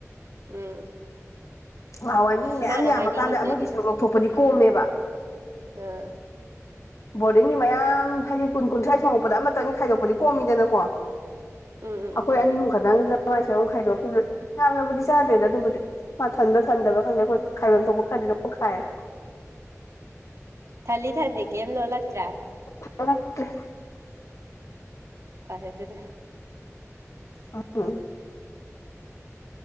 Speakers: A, on the right; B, on the left.
A: ꯎꯝ
B: ꯉꯥꯍꯥꯟꯋꯥꯏ ꯃꯤ
A: ꯑꯁ
B: ꯃꯌꯥꯝ
A: ꯃꯥꯅ
B: ꯌꯥꯝꯃꯀꯥꯟꯗ
A: ꯍꯥꯏꯅꯤꯡꯉꯤꯁꯦ
B: ꯑꯃꯒꯤ ꯁꯔꯨꯛ ꯂꯧꯊꯣꯛꯄꯗꯤ ꯀꯣꯝꯃꯦꯕ
A: ꯑꯥ
B: ꯕꯣꯔꯗꯤꯡꯒꯤ ꯃꯌꯥꯝ ꯍꯥꯏꯗꯤ ꯀꯨꯟ ꯀꯨꯟꯊ꯭ꯔꯥ ꯊꯣꯡꯉꯛꯄꯗ ꯑꯃꯇꯪ ꯈꯥꯏꯗꯣꯛꯄꯗꯤ ꯀꯣꯝꯃꯤꯗꯅꯀꯣ
A: ꯎꯝ ꯎꯝ
B: ꯑꯩꯈꯣꯏ
A: ꯎꯝ
B: ꯑꯅꯤ ꯑꯍꯨꯝ ꯈꯛꯇꯪꯗꯨꯗ ꯃꯥꯏ ꯁꯔꯨꯝ ꯈꯥꯏꯗꯣꯛꯁꯤ ꯌꯥꯝꯅꯕꯨꯗꯤ ꯆꯥꯗꯦꯗ ꯑꯗꯨꯕꯨꯗꯤ ꯃꯥ ꯊꯟꯕ꯭ꯔꯥ ꯊꯟꯗꯕ꯭ꯔꯥꯗꯤ ꯈꯪꯗꯦ ꯑꯩꯈꯣꯏ ꯈꯥꯏꯕꯝ ꯊꯣꯛꯄ ꯈꯔꯗꯤ ꯑꯗꯨꯝ ꯈꯥꯏꯔꯦ
A: ꯊꯂꯤ ꯊꯟꯗꯦ ꯀꯩꯝ ꯂꯣꯜꯂꯛꯇ꯭ꯔꯦ
B: <unintelligible>
A: ꯐꯥꯔꯦ ꯑꯗꯨꯅ
B: <unintelligible>